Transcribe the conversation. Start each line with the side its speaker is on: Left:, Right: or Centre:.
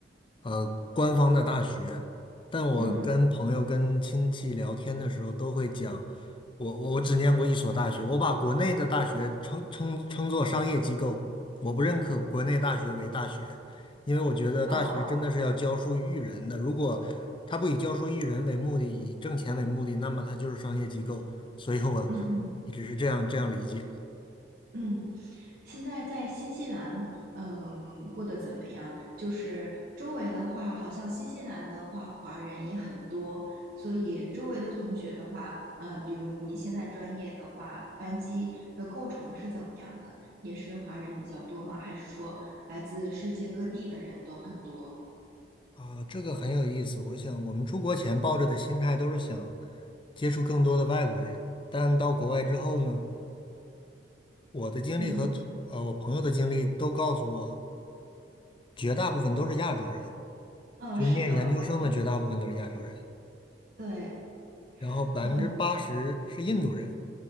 Left: 呃，官方的大学。但我跟朋友、
Right: 嗯
Left: 跟亲戚聊天的时候，都会讲，我我我只念过一所大学，我把国内的大学称称称作商业机构，我不认可国内大学为大学。因为我觉得大学真的是要教书育人的。
Right: 哦，
Left: 如果他不以教书育人为目的，以挣钱为目的，那么他就是商业机构。所以我
Right: 嗯嗯
Left: 一直是这样这样理解
Right: 嗯，现在在新西兰，嗯，过得怎么样？就是周围的话，好像新西兰的话，华人也很多，所以周围的同学的话，嗯，比如你现在专业的话，班级的构成是怎么样的？也是华人比较多吗？还是说来自世界各地的人都很多？
Left: 啊，这个很有意思。我想我们出国前抱着的心态都是想接触更多的外国人，但到国外之后呢，我的经历和呃我朋友的经历都告诉我，
Right: 嗯，
Left: 绝大部分都是亚洲人，
Right: 嗯，
Left: 就是念研究生的绝大部分都是亚洲人，
Right: 是的，我也是，对，
Left: 然后百分之八十是印度人。
Right: 嗯，